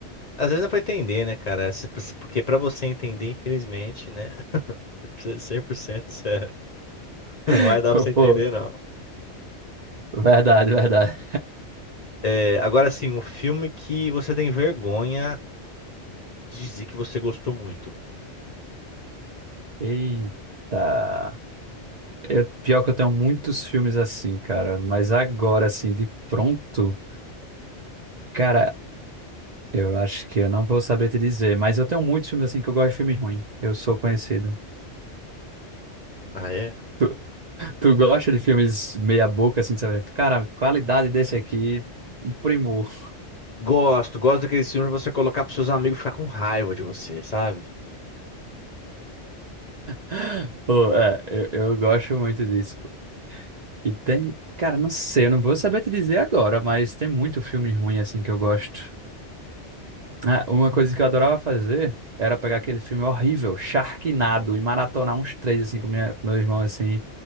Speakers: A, on the left; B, on the right.
A: às vezes dá pra entender, né, cara? Se- Porque pra você entender, infelizmente, né? <laughs> Precisa de 100% sério. <laughs> Não
B: <laughs>
A: vai dar pra você entender,
B: Pô,
A: não.
B: verdade, verdade.
A: É, Agora, assim, um filme que você tem vergonha de dizer que você gostou muito.
B: Eita. Eu, pior que eu tenho muitos filmes assim, cara, mas agora, assim, de pronto, cara, eu acho que eu não vou saber te dizer, mas eu tenho muitos filmes assim que eu gosto de filme ruim. Eu sou conhecido.
A: Ah, é?
B: Tu, tu gosta de filmes meia boca, assim, sabe? Cara, qualidade desse aqui, um primor.
A: Gosto, gosto daqueles filmes pra você colocar pros seus amigos ficar com raiva de você, sabe?
B: <laughs> Pô, é, eu, eu gosto muito disso. E tem, cara, não sei, eu não vou saber te dizer agora, mas tem muito filme ruim assim que eu gosto. Ah, uma coisa que eu adorava fazer era pegar aquele filme horrível, Sharknado, e maratonar uns três assim com minha, com meu irmão assim,